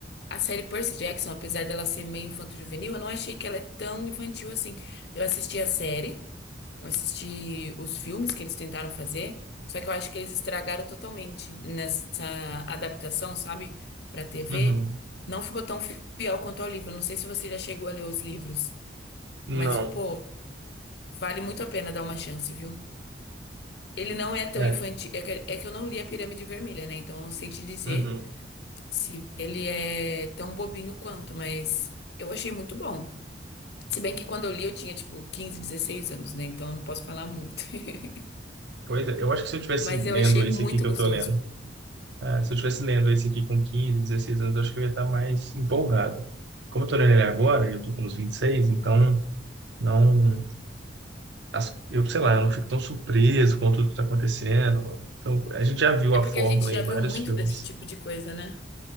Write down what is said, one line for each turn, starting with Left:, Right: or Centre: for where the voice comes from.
Left: A série Percy Jackson, apesar dela ser meio infanto-juvenil, eu não achei que ela é tão infantil assim. Eu assisti a série, eu assisti os filmes que eles tentaram fazer, só que eu acho que eles estragaram totalmente nessa adaptação, sabe, pra TV.
Right: Uhum.
Left: Não ficou tão fiel quanto ao livro. Eu Não sei se você já chegou a ler os livros,
Right: Não.
Left: mas, pô, vale muito a pena dar uma chance, viu? Ele não é tão
Right: É.
Left: infantil. É que, é que eu não li a Pirâmide Vermelha, né? Então eu não sei te dizer
Right: Uhum.
Left: se ele é tão bobinho quanto, mas eu achei muito bom. Se bem que quando eu li eu tinha tipo 15, 16 anos, né? Então eu não posso falar muito. <laughs>
Right: Pois é, eu acho que se eu tivesse
Left: Mas
Right: lendo
Left: eu achei
Right: esse
Left: muito
Right: aqui que
Left: gostoso.
Right: eu tô lendo, ah, se eu tivesse lendo esse aqui com 15 16 anos, eu acho que eu ia estar mais empolgado. Como eu tô lendo ele agora, e eu tô com uns 26 então não, as- eu sei lá, eu não fico tão surpreso com tudo que tá acontecendo. Então, a gente já viu
Left: É
Right: a
Left: porque
Right: fórmula
Left: a gente já
Right: em
Left: viu
Right: vários
Left: muito
Right: filmes.
Left: desse tipo de coisa, né?